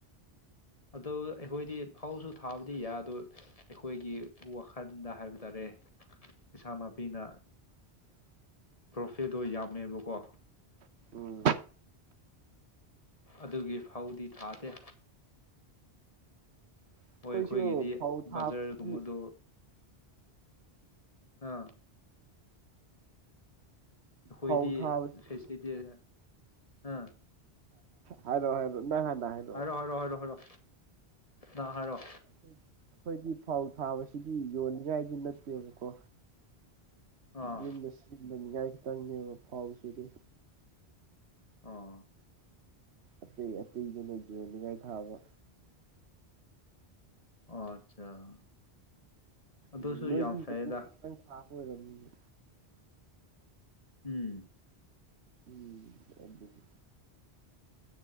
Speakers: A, on the left; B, on the right.
A: ꯑꯗꯨ ꯑꯩꯈꯣꯏꯗꯤ ꯐꯧꯖꯨ ꯊꯥꯕꯗꯤ ꯌꯥꯏ ꯑꯗꯨ ꯑꯩꯈꯣꯏꯒꯤ ꯋꯥꯈꯜꯗ ꯍꯥꯏꯕ ꯇꯥꯔꯦ ꯏꯟꯁꯥꯡ ꯅꯥꯄꯤꯅ ꯄ꯭ꯔꯣꯐꯤꯠꯇꯣ ꯌꯥꯝꯃꯦꯕꯀꯣ
B: ꯎꯝ꯫
A: ꯑꯗꯨꯒꯤ ꯐꯧꯗꯤ ꯊꯥꯗꯦ
B: ꯑꯩꯈꯣꯏꯁꯨ
A: ꯍꯣꯏ ꯑꯩꯈꯣꯏꯒꯤꯗꯤ
B: ꯐꯧ ꯊꯥꯕꯁꯤꯗꯤ
A: ꯕꯖꯥꯔꯒꯨꯝꯕꯗꯣ ꯑꯥ ꯑꯩꯈꯣꯏꯗꯤ
B: ꯐꯧ ꯊꯥꯕꯁꯤꯗꯤ
A: ꯐꯦꯁ꯭ꯇꯤꯚ ꯖꯦ ꯑꯥ
B: ꯍꯥꯏꯔꯣ ꯍꯥꯏꯔꯣ ꯅꯪ ꯍꯥꯟꯅ ꯍꯥꯏ
A: ꯍꯥꯏꯔꯣ ꯍꯥꯏꯔꯣ ꯍꯥꯏꯔꯣ ꯍꯥꯏꯔꯣ ꯅꯪ ꯍꯥꯏꯔꯣ
B: ꯈꫭꯏꯒꯤ ꯑꯩꯈꯣꯏꯗꯤ ꯐꯧ ꯊꯥꯕꯁꯤꯗꯤ ꯌꯣꯟꯅꯤꯉꯥꯏꯒꯤ ꯅꯠꯇꯦꯕꯀꯣ
A: ꯑꯥ
B: ꯌꯨꯝꯗ ꯁꯤꯖꯤꯟꯅ ꯅꯤꯉꯥꯏ ꯈꯤꯇꯪꯅꯦꯕ ꯐꯧꯁꯤꯗꯤ
A: ꯑꯣ
B: ꯑꯇꯩ ꯑꯇꯩꯗꯨꯅ ꯌꯣꯟꯅꯤꯡꯉꯥꯏ ꯊꯥꯕ
A: ꯑꯣ ꯑꯠꯆꯥ ꯑꯗꯨꯁꯨ
B: ꯎꯝ ꯅꯣꯏꯗꯤ
A: ꯌꯥꯝ ꯐꯩꯌꯦꯗ
B: ꯌꯣꯟꯅꯤꯉꯥꯏ ꯈꯤꯇꯪ ꯊꯥꯕ ꯑꯣꯏꯔꯝꯅꯤꯅꯦ
A: ꯎꯝ꯫
B: ꯎꯝ ꯑꯗꯨꯅꯤ